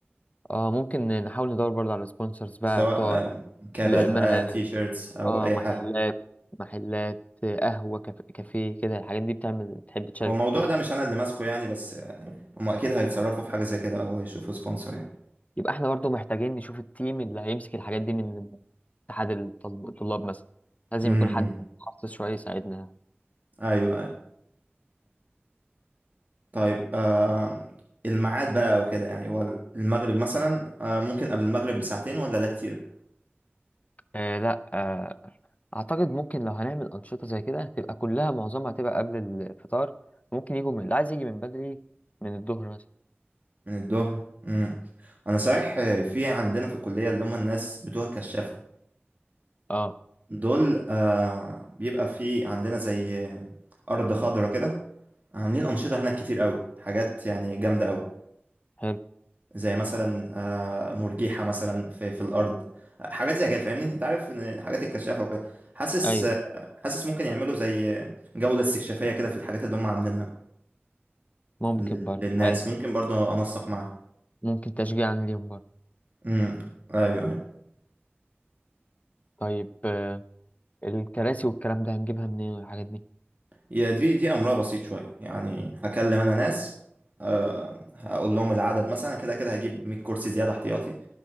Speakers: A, on the left; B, on the right.
A: اه ممكن نحاول ندور برضه على سبونسرز بقى
B: سواء
A: بتوع
B: آه، كابات
A: ل- ما
B: بقى تي شيرتس او
A: اه
B: اي حاجه
A: محلات محلات قهوة كافيه كافيه كده الحاجات دي بتعمل تحب تشارك
B: هو الموضوع
A: في الكلام
B: ده مش انا اللي ماسكه يعني بس آه، هم اكيد هيتصرفوا في حاجه زي كده او هيشوفوا سبونسر يعني
A: يبقى احنا برضه محتاجين نشوف التيم اللي هيمسك الحاجات دي من اتحاد الطل- الطلاب مثلا لازم
B: امم
A: يكون حد متخصص شوية يساعدنا
B: ايوه ايوه طيب آه الميعاد بقى وكده يعني هو المغرب مثلا آه ممكن قبل المغرب بساعتين ولا ده كتير
A: آه لا آه اعتقد ممكن لو هنعمل انشطه زي كده تبقى كلها معظمها هتبقى قبل الفطار ممكن يجوا من اللي عايز يجي من بدري من الظهر مثلا
B: من الظهر امم انا صحيح آه، في عندنا في الكليه اللي هم الناس بتوع الكشافه
A: اه
B: دول آه بيبقى في عندنا زي آه، ارض خضراء كده عاملين انشطه هناك كتير قوي حاجات يعني جامده قوي
A: حلو
B: زي مثلا آه، مرجيحة مثلا في في الأرض حاجات زي كده فاهمني انت عارف ان الحاجات الكشافة وكده حاسس
A: ايوه
B: آه، حاسس ممكن يعملوا زي جولة استكشافية كده في الحاجات اللي هم عاملينها
A: ممكن
B: لل-
A: برضه
B: للناس
A: حلو
B: ممكن برضو انسق معاهم
A: ممكن تشجيعا ليهم برضه
B: امم ايوه ايوه
A: طيب آه الكراسي والكلام ده هنجيبها منين والحاجات دي
B: يا دي دي امرها بسيط شوية يعني هكلم انا ناس أه هقول لهم العدد مثلا كده كده هجيب 100 كرسي زيادة احتياطي يعني،